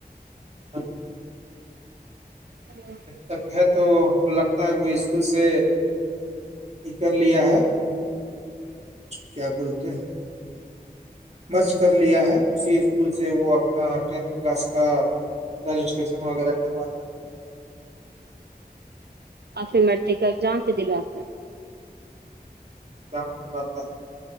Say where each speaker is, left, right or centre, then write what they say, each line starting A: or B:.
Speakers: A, on the right (about 45°); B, on the right (about 90°).
A: ہ
B: ہاں
A: تک ہے تو کو لگتا ہے کوئی اسکول سے یہ کر لیا ہے کیا بولتے ہیں مرض کر لیا ہے اسی اسکول سے وہ اپنا ٹینتھ کلاس کا رجسٹریشن وغیرہتا ہے
B: آپھر مرتے کازام بھی دلو آپتا
A: ام باتتا